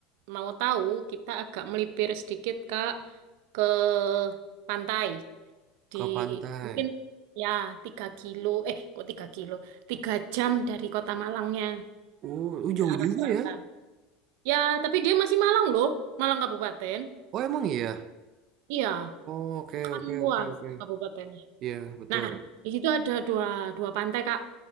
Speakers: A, on the right (about 70°); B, on the right (about 50°).
A: mau tahu, kita agak melipir sedikit kak ke pantai di
B: Ke pantai.
A: mungkin ya tiga kilo. Eh, kok tiga kilo? Tiga jam dari kota Malangnya
B: Uh, uh, jauh
A: ke arah
B: juga
A: selatan.
B: ya?
A: Ya, tapi dia masih Malang loh, Malang Kabupaten.
B: Oh emang iya.
A: Iya,
B: Oh, oke
A: kan
B: oke
A: luas
B: oke oke.
A: Kabupaten.
B: Iya betul.
A: Nah, di situ ada dua, dua pantai, Kak,